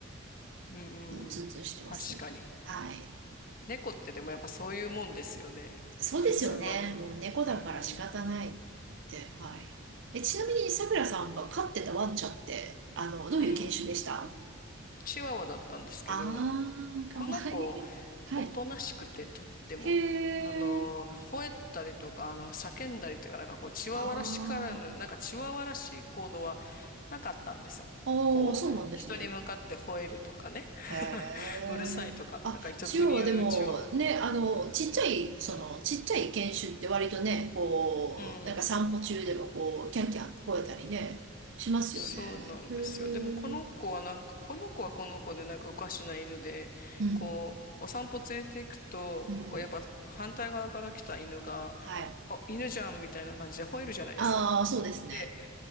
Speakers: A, on the left (about 40°); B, on the right (about 55°).
A: うんうん確かに。
B: もうツンツンしてます。はい。
A: 猫ってでもやっぱそういうもんですよね。
B: そうですよね。
A: 普通はね。
B: もう猫だから仕方ないって。
A: うんうん。
B: はい。え、ちなみに、さくらさんが飼ってたワンちゃんって、あの、どういう犬種でした
A: うん。チワワだったんですけど、
B: あー、かわいい。
A: この子
B: はい。
A: おとなしくてとっても。
B: へ
A: あの、
B: ー。
A: 吠えたりとか、あの、叫んだりとか、なんかこう、チワワらしからぬ、
B: あー。
A: なんかチワワらしい行動はなかったんですよ。
B: あー、
A: こう、
B: そうなんですね。
A: 人に向かって吠えるとかね。
B: へえ。
A: <laughs> うるさいとか、
B: あ、
A: なんか俗に言うチワワ。
B: 中央はでも、ね、あの、ちっちゃい、
A: うん。
B: その、ちっちゃい犬種って割とね、こう、
A: うん。
B: なんか散歩中でもこう、キャンキャン吠えたりね、しますよね。
A: そうなんですよ。
B: へえ。
A: でもこの子はなんか、この子はこの子でなんかおかしな犬で、
B: うん、
A: こう、お散歩連れて行くと、
B: うん、
A: こうやっぱ反対側から来た犬が、
B: はい。
A: あ、犬じゃんみたいな感じで吠えるじゃないですか。
B: ああ、そうですね。
A: で、